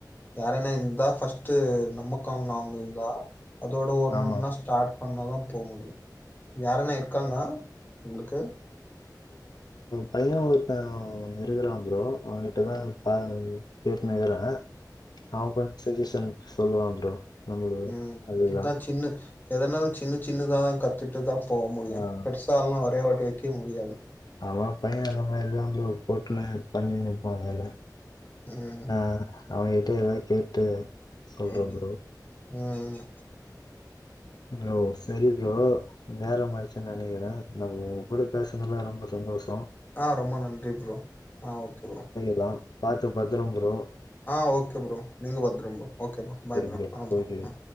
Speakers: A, on the left (about 25°); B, on the left (about 65°).
A: யாரனா இருந்தா ஃபர்ஸ்டு நமக்காங்க அவங்க இருந்தா அதோட ஒண்ணு
B: ஆமா
A: ஒண்ணா
B: ப்ரோ
A: ஸ்டார்ட் பண்ணதான் போ முடியும் யாரன இருக்காங்க உங்களுக்கு
B: பையனாவூரத்த இருக்கிறான் ப்ரோ அவகிட்ட தான் பேசினிக்கிறேன் ஆ சஜேஷன் சொல்லுவான் ப்ரோ நம்மளுக்கு
A: உம்
B: அதுதா
A: அதான் சின்ன எதனால சின்ன சின்னதான் கத்துட்டுதான் போ முடியும்
B: ஆ
A: பெருசால்லாம் ஒரே வாட்டி வைக் இருக்க முடியாது
B: ஆமா பையன் என்ன மாரி தான் ப்ரோ டோட்டலா பண்ணினுருப்பான் வேலை
A: ம்.
B: ஆஹ் அவகிட்ட எதான் கேட்டு சொல்றது
A: ம். ம்.
B: ப்ரோ சரி ப்ரோ நேர மாச்சு நினைக்கிறேன் நம்ம உங்க கூட பேசுநதுலாம் ரொம்ப சந்தோஷம்
A: ஆ ரொம்ப நன்றி ப்ரோ. ஆ ஓகே
B: <unintelligible> பத்ரம் ப்ரோ
A: ஆஹ் ஓகே ப்ரோ நீங்க பத்துறம் bro okay bro bye bro
B: bro
A: ஆ பரோ
B: ஓகே